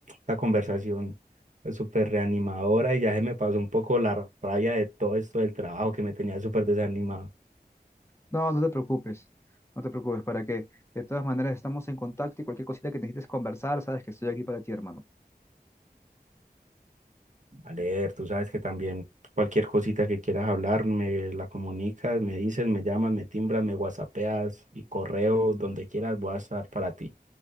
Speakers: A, on the right; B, on the left.
A: la conversación es súper reanimadora y ya se me pasó un poco la rabia de todo esto del trabajo que me tenía súper desanimado.
B: No, no te preocupes. No te preocupes, para que de todas maneras estamos en contacto y cualquier cosita que necesites conversar, sabes que estoy aquí para ti, hermano.
A: a leer. Tú sabes que también cualquier cosita que quieras hablar, me la comunicas, me dices, me llamas, me timbras, me whatsappeas y correo, donde quieras, voy a estar para ti.